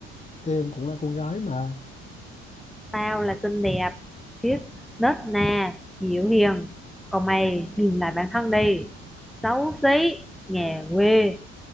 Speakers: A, on the left; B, in the centre.
A: em cũng là cô gái mà.
B: tao là xinh đẹp khiết nết na dịu hiền còn mày nhìn lại bản thân đi xấu xí nhà quê